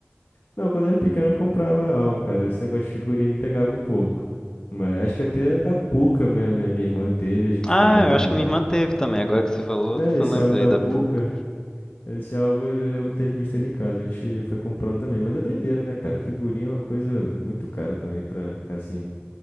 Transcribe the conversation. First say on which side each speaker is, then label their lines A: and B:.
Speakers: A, on the left (about 55°); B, on the left (about 15°).
A: Não, quando eu era pequeno eu comprava álbum, cara. Esse negócio de figurinha me pegava um pouco. Mas acho que até da Puca minha, minha, minha irmã teve, a gente
B: Ah,
A: completou
B: eu
A: também.
B: acho que minha irmã teve também. Agora que você falou,
A: Né,
B: eu
A: esse
B: lembrei
A: álbum da
B: da
A: Puca,
B: PUC.
A: esse álbum eu lembro de ter visto ele em casa, a gente foi comprando também. Mas é doideira, né, cara? Figurinha é uma coisa muito cara também pra ficar assim,